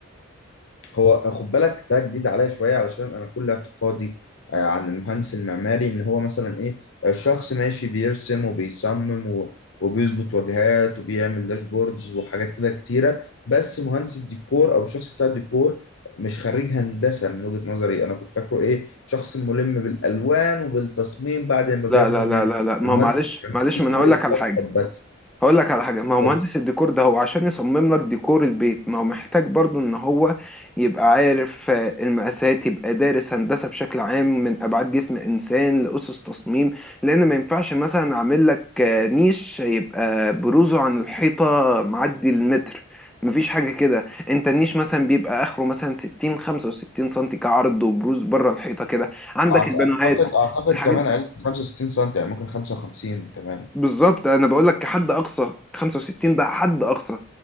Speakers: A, on the left; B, in the centre.
A: هو خد بالك ده جديد عليا شويه علشان انا كل اعتقادي آه، عن المهندس المعماري ان هو مثلا ايه الشخص ماشي بيرسم وبيصمم و- وبيظبط واجهات وبيعمل داشبوردز وحاجات كده كتيره بس مهندس الديكور او الشخص بتاع الديكور مش خريج هندسه من وجهه نظري انا كنت فاكره ايه شخص ملم بالالوان وبالتصميم بعد ما
B: لا
A: بياخده
B: لا لا
A: من
B: لا لا ما
A: المهندس
B: هو معلش
A: المعماري
B: معلش
A: يبدأ
B: ما انا هقول
A: يخطط
B: لك على حاجه هقول لك على حاجة ما هو مهندس
A: اتفضل
B: الديكور ده هو عشان يصمم لك ديكور البيت ما هو محتاج برضو ان هو يبقى عارف آه، المقاسات يبقى دارس هندسة بشكل عام من ابعاد جسم انسان لأسس تصميم لان ما ينفعش مثلا اعمل لك آه، نيش يبقى بروزه عن الحيطة معدي المتر مفيش حاجة كده انت النيش مثلا بيبقى اخره مثلا 60 65 سنتي كعرض وبروز بره الحيطة كده عندك
A: اعتقد
B: البانوهات
A: اعتقد
B: الحاجات
A: كمان اقل من 65 سم يعني ممكن 55 كمان
B: بالظبط انا بقول لك كحد اقصى 65 ده حد اقصى